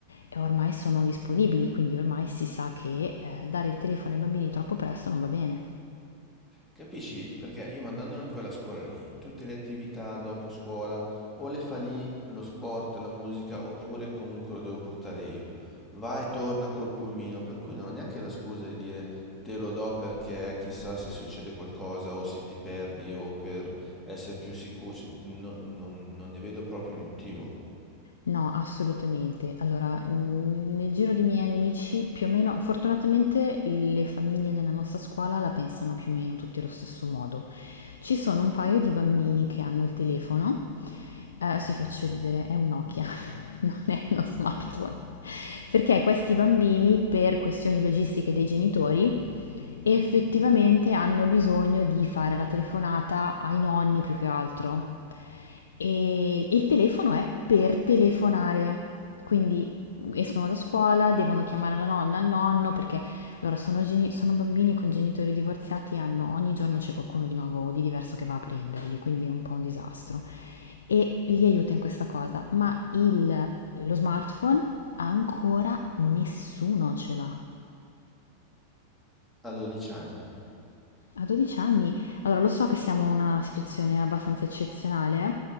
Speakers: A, on the left; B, in the centre.
A: ehm, ormai sono disponibili, quindi ormai si sa che, ehm, dare il telefono ai bambini troppo presto non va bene.
B: Capisci? Perché io mandandone quella a scuola lì, tutte le attività dopo scuola, o le fa lì, lo sport, la musica, oppure comunque lo devo portare io. Va e torna col pulmino, per cui non ho neanche la scusa di dire te lo do perché chissà se succede qualcosa o se ti perdi o per essere più sicuro. Cioè, non, non- non ne vedo proprio il motivo.
A: No, assolutamente. Allora, n- nel giro dei miei amici, più o meno, fortunatamente le famiglie nella nostra scuola la pensano più o meno tutti allo stesso modo. Ci sono un paio di bambini che hanno il telefono, eh, si faccio ridere, è un Nokia, <laughs> non è uno smartphone. Perché questi bambini, per questioni logistiche dei genitori, effettivamente hanno bisogno di fare la telefonata ai nonni più che altro. E il telefono è per telefonare, quindi escono da scuola, devono chiamare la nonna, il nonno, perché allora sono, geni- sono bambini con genitori divorziati, hanno, ogni giorno c'è qualcuno di nuovo, di diverso che va a prenderli, quindi è un po' un disastro. E li aiuta in questa cosa, ma il- lo smartphone ancora nessuno ce l'ha.
B: A 12 anni.
A: A 12 anni, allora lo so che siamo in una situazione abbastanza eccezionale. eh.